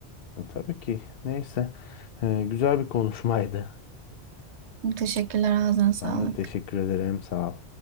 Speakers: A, on the left; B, on the right.
A: Tabii ki. Neyse. Ee, güzel bir konuşmaydı.
B: Teşekkürler, ağzına
A: Ben
B: sağlık.
A: de teşekkür ederim. Sağ ol.